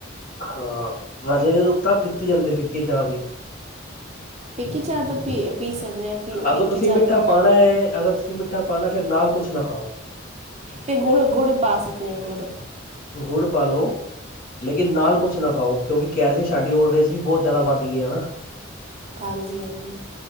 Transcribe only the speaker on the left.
ਹਾਂ ਮੇ ਤਾਂ ਪੀਤੇ ਜਾਂਦੇ ਫਿੱਕੇ ਚਾਹ ਵੀ
ਅਗਰ
ਤੁਸੀਂ
ਮਿੱਠਾ
ਪਾਉਣਾ ਹੈ ਅਗਰ ਅ ਮਿੱਠਾ ਪਾਉਣਾ ਫਿਰ ਨਾਲ ਕੁਛ ਨਾ ਖਾਓ
<inaudible>